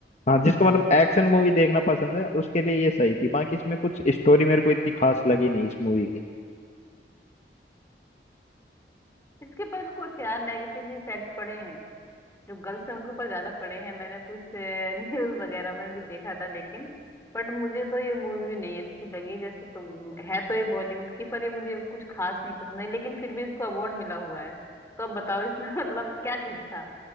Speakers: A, on the left; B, on the left.
A: हाँ जिसको मतलब एक्शन मूवी देखना पसंद है उसके लिए ये सही थी बाकी इसमें कुछ स्टोरी मेरे को इतनी खास लगी नहीं इस मूवी की
B: इसके पर कुछ यार नेगेटिव इफेक्ट पड़े हैं जो गर्ल्स हैं उनके ऊपर ज्यादा पड़े हैं मैंने कुछ न्यूज वगैरह में भी देखा था लेकिन बट मुझे तो ये मूवी नहीं अच्छी लगी जैसे तुम है तो ये बॉलीवुड की पर ये मुझे कुछ खास नहीं पसंद है लेकिन फिर भी इसको अवार्ड मिला हुआ है तो अब बताओ इसमें <laughs> मतलब क्या ठीक था